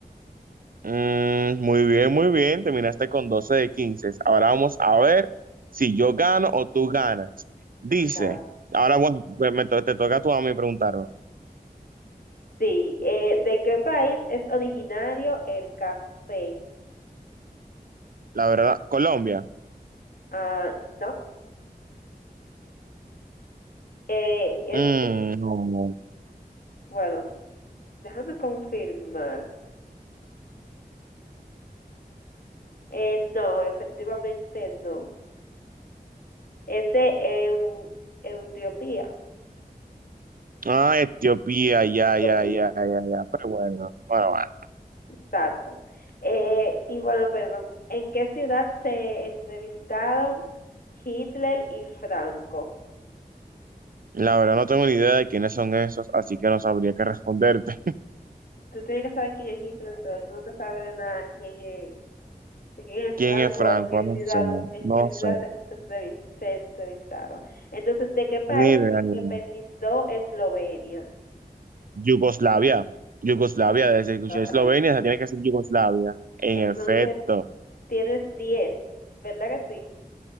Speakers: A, on the right; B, on the left.
A: Mm, muy bien, muy bien. Terminaste con 12 de 15. Ahora vamos a ver si yo gano o tú ganas. Dice,
B: claro.
A: ahora bueno, pues me to- te toca tú a mí preguntarme.
B: Sí, eh, ¿de qué país es originario el café?
A: La verdad, Colombia.
B: Ah, no, eh, es,
A: Mm, no. no.
B: bueno, déjame confirmar. Eh, no, efectivamente no. Es de Eu- Etiopía.
A: Ah, Etiopía, ya,
B: Etiopía.
A: ya, ya, ya, ya. Pero bueno, bueno, bueno.
B: Exacto. Eh, y bueno, perdón, ¿en qué ciudad se entrevistaron Hitler y Franco?
A: La verdad no tengo ni idea de quiénes son esos, así que no sabría qué responderte.
B: Tú tienes que saber quién es Hitler, pero tú no te sabes de nada quién es, de quién es
A: ¿Quién
B: Franco
A: es Franco?
B: o en qué
A: No
B: ciudad,
A: sé,
B: en
A: no
B: qué
A: sé.
B: ciudad se, se entrevi- se entrevistaron. Entonces, ¿de qué país
A: Ni idea,
B: se
A: ni idea.
B: independizó Eslovenia?
A: Yugoslavia. Yugoslavia, desde que escuché
B: Correcto.
A: Eslovenia, se tiene que decir Yugoslavia. En
B: Entonces,
A: efecto.
B: tienes 10. ¿verdad que sí?